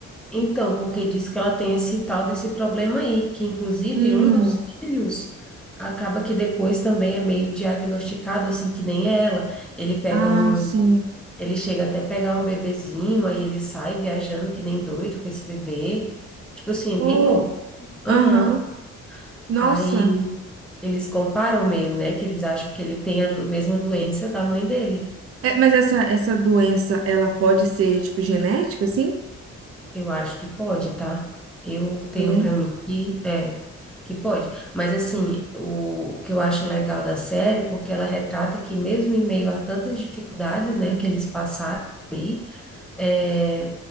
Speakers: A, in the centre; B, on the right.
A: Então, porque diz que ela tem esse tal desse problema aí, que inclusive
B: Hum,
A: um dos filhos acaba que depois também é meio diagnosticado, assim, que nem ela. Ele pega
B: ah,
A: um.
B: sim.
A: Ele chega até pegar um bebezinho, aí ele sai viajando que nem doido com esse bebê. Tipo assim, é
B: Ou,
A: bem louco. Aham.
B: aham, nossa.
A: Aí Eles comparam meio, né? Que eles acham que ele tem a do- mesma doença da mãe dele.
B: É, mas essa, essa doença, ela pode ser, tipo, genética, assim?
A: Eu acho que pode, tá? Eu tenho
B: É,
A: pra mim que é que pode. Mas assim, o que eu acho legal da série, porque ela retrata que mesmo em meio a tantas dificuldades, né, que eles passaram aí, é,